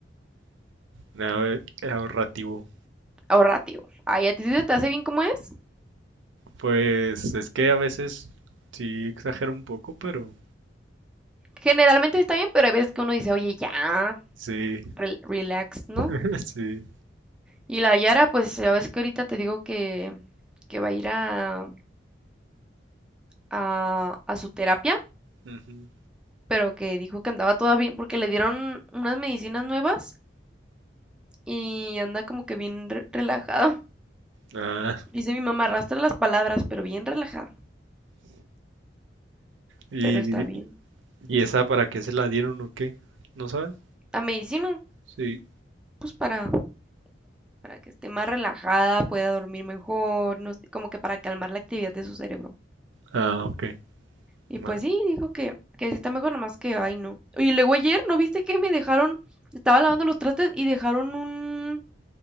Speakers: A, on the right; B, in the centre.
A: nada eh, ahorrativo.
B: Ahorrativo. Ay, a ti sí se te hace bien como es.
A: Pues es que a veces sí exagero un poco, pero
B: Generalmente está bien, pero hay veces que uno dice, oye, ya,
A: sí,
B: rel- relax, ¿no?
A: <laughs> sí.
B: Y la Yara, pues ya ves que ahorita te digo que, que va a ir a, a, a su terapia,
A: ujú.
B: pero que dijo que andaba toda bien porque le dieron unas medicinas nuevas y anda como que bien re- relajada.
A: Ah,
B: Dice mi mamá, arrastra las palabras, pero bien relajada,
A: y,
B: pero está bien.
A: y- esa para qué se la dieron o qué? ¿No sabes?
B: A medicina,
A: Sí.
B: pues para, para que esté más relajada, pueda dormir mejor, no sé, como que para calmar la actividad de su cerebro.
A: Ah, ok.
B: Y
A: ma-
B: pues sí, dijo que, que sí está mejor, nomás que, ay, no. Oye, luego ayer, ¿no viste que me dejaron, estaba lavando los trastes y dejaron un,